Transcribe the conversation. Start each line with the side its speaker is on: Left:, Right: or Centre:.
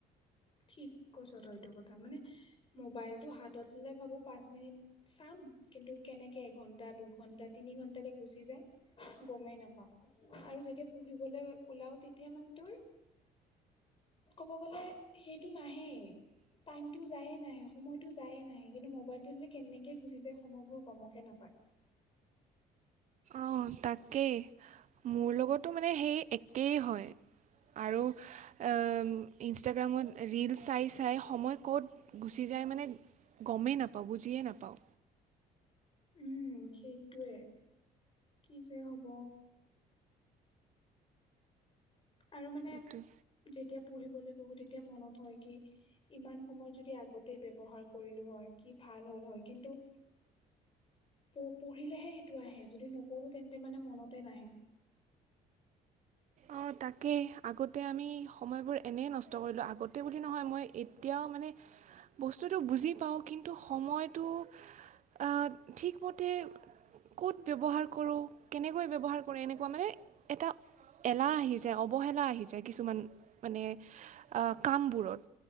Left: ঠিক কৈছ তই এইটো কথা মানে মোবাইলত হাতত ললে ভাবো পাঁচ মিনিট চাম কিন্তু কেনেকে এঘন্টা দুঘন্টা তিনি ঘন্টাকে গুচি যায়। গমেই নাপাওঁ। আৰু যেতিয়া পঢ়িবলৈ ওলাও তেতিয়া মানে তোৰ ক'ব গ'লে সেইটো নাহেই। টাইমতটো যায় নাই সময়তটো যায় নাই কিন্তু মোবাইলটো কেনেকে গুচি যায় সময়বোৰ গমকে নাপায়।
Right: অঁহ', তাকেই মোৰ লগতো মানে সেই একেই হয়। আৰু অঁহ ইনষ্টাগ্ৰামত ৰীলচ চাই চাই স সময় ক'ত গুচি যায় মানে গমেই নাপাওঁ বুজিয়ে নাপাওঁ
Left: উম সেইটোৱে কি যে হব আৰু মানে
Right: এইটোৱে
Left: যেতিয়া পঢ়িবলৈ বহু তেতিয়া মনত হয় কি ইমান সময় যদি আগতে ব্যৱহাৰ কৰিলো হয় কি ভাল হ'ল হয় কিন্তু প পঢ়িলেহে সেইটো আহে যদি নপঢ়ো তেন্তে মানে মনতে নাহে
Right: অহ তাকেই আগতে আমি সময়বোৰ এনেই নষ্ট কৰিলোঁ আগতে বুলি নহয় মই এতিয়াও মানে বস্তুটো বুজি পাওঁ কিন্তু সময়টো অঁহ ঠিক মতে ক'ত ব্যৱহাৰ কৰোঁ কেনেকৈ ব্যৱহাৰ কৰোঁ এনেকুৱা মানে এটা এলাহ আহি যায় অৱহেলা আহি যায় কিছুমান মানে অঁহ কামবোৰত